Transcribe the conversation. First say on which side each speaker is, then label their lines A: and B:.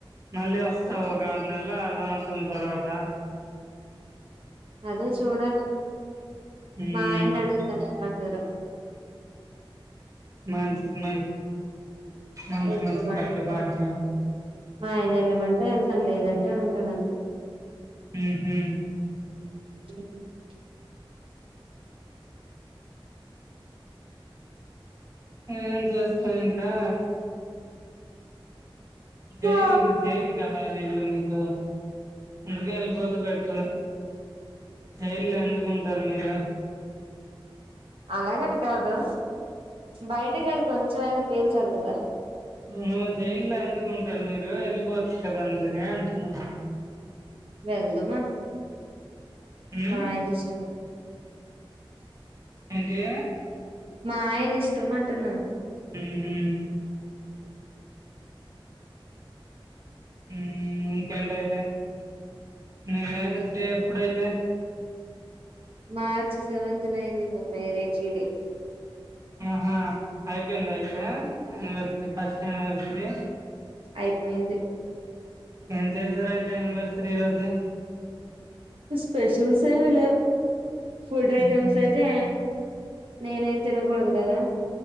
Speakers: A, on the right; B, on the right.
A: మళ్ళీ వస్తావ ఒక కదు నెల అద వతు తర్వాత
B: అదే చూడాలి
A: హ ఊహు
B: మా ఆయన్ని అడుగుతాను ఏమంటారో
A: మంచిది మంచిది మంచి
B: వెళ్ళిపోమంటే
A: మంచి కట్టుబాట్లు
B: మా ఆయన ఎళ్ళమంటే ఎళ్తాను లేదంటే ఉంటాను అంతే.
A: హ్మ్ హ్మ్
B: అ
A: ఏం చేస్తాం ఇంకా జైలు
B: ఆ
A: జైలు కదా ఇగ మీకు అందుకే ఎళ్లిపోతే బెట జైల్లో ఎందుకుంటారు మీరు?
B: అలాగని కాదు. బయట గాలి కొంచెంమయినా పీల్చాలి కదా
A: నువ్వు జైల్లో ఎందుకు ఉంటు టారు మీరు వెళ్ళిపోవచ్చు కదా అందుకే అంటున్నాను.
B: వెల్దుమ,
A: ఉమ్
B: మాయన ఇష్టం.
A: ఏంటి
B: మాయన ఇష్టం అంటన్న
A: ఉహు ఉమ్ ఇంకేంటయితే. ఉమ్ మ్యారేజ్
B: ఇంకే
A: డే అప్పుడైతే.
B: మార్చ్ సెవెంత్ నైన్త్ మ మ్యారేజీ డే
A: ఆహా అయిపోయిందయితే, అనివర్సరీ ఫస్ట్ అనివర్సరీ.
B: అయిపోయింది.
A: ఏం చేసారయి యానివర్సరీ రోజు
B: స్పెషల్ ఎం లేవ్ ఫుడ్ ఐటమ్స్
A: ఉహు
B: అయితే నేనేం తినకూడదు కదా,